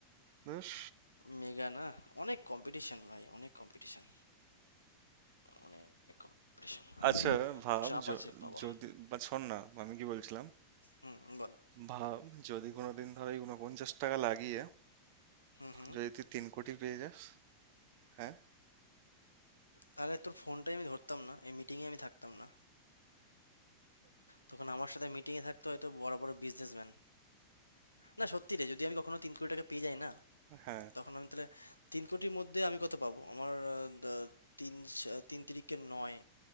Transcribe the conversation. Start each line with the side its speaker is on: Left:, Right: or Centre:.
Right: বেশ
Left: মেগা না অনেক কম্পিটিশন ভাই অনেক কম্পিটিশন অনেক কম্পিটিশন
Right: আচ্ছা ভাব
Left: চাপ
Right: য-
Left: আছে বাবা
Right: যদি বা শোন না আমি কি বলছিলাম
Left: হুম বল
Right: ভাব যদি কোনোদিন ধর এই ঊনপঞ্চাশ টাকা লাগিয়ে
Left: হুম হুম
Right: যদি তুই তিন কোটি পেয়ে যাস হ্যাঁ
Left: তাহলে তোর ফোনটাই আমি ধরতাম না এই মিটিংয়ে আমি থাকতাম না তখন আমার সাথে মিটিংয়ে থাকতো হয়তো বড় বড় বিজনেসম্যান না সত্যি রে যদি আমি কখনো তিন কোটি টাকা পেয়ে যাই না
Right: হ্যাঁ
Left: তখন আমি তাহলে তিন কোটির মধ্যে আমি কত পাবো আমার আহ, দ- তিন স- তিন তিরিকে নয়